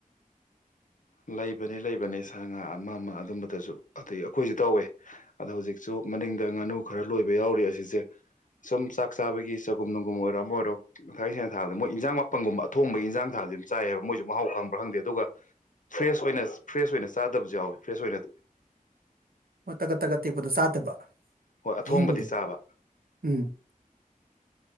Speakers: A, on the left (about 60°); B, on the right (about 85°).
A: ꯂꯩꯕꯅꯤ ꯂꯩꯕꯅꯤ ꯁꯥ ꯉꯥ ꯑꯃ ꯑꯃ ꯑꯗꯨꯝꯕꯗꯁꯨ ꯑꯗꯨꯗꯩ ꯑꯩꯈꯣꯏꯁꯨ ꯇꯧꯋꯦ ꯑꯗꯣ ꯍꯧꯖꯤꯛꯁꯨ ꯃꯅꯤꯡꯗ ꯉꯥꯅꯨ ꯈꯔ ꯂꯣꯏꯕ ꯌꯥꯎꯔꯤ ꯑꯁꯤꯁꯦ ꯁꯨꯝ ꯆꯥꯛ ꯆꯥꯕꯒꯤ ꯆꯒꯨꯝ ꯅꯨꯡꯒꯨꯝ ꯑꯣꯏꯔꯣ ꯑꯃ ꯑꯣꯏꯔꯣ ꯊꯩꯦꯡꯅ ꯊꯥꯕꯗ ꯃꯣꯏ ꯏꯟꯖꯥꯡ ꯃꯥꯄꯟꯒꯨꯝꯕ ꯑꯊꯣꯡꯕꯒꯤ ꯏꯟꯖꯥꯡ ꯊꯥꯕ ꯑꯗꯨꯝ ꯆꯥꯏ ꯍꯥꯏꯕ ꯃꯣꯏꯁꯨ ꯃꯍꯥꯎ ꯈꯪꯕ꯭ꯔꯥ ꯈꯪꯗꯦ ꯑꯗꯨꯒ ꯐ꯭ꯔꯦꯁ ꯑꯣꯏꯅ ꯐ꯭ꯔꯦꯁ ꯑꯣꯏꯅ ꯆꯥꯗꯕꯁꯨ ꯌꯥꯎꯋꯤ ꯐ꯭ꯔꯦꯁ ꯑꯣꯏꯅꯗꯤ
B: ꯍꯣꯏ ꯇꯒꯠ ꯇꯒꯠ ꯇꯦꯛꯄꯗꯨꯣ ꯆꯥꯗꯕ
A: ꯍꯣꯏ ꯑꯊꯣꯡꯕꯗꯤ
B: ꯑꯍꯤꯡꯕꯗꯣ
A: ꯆꯥꯕ
B: ꯎꯝ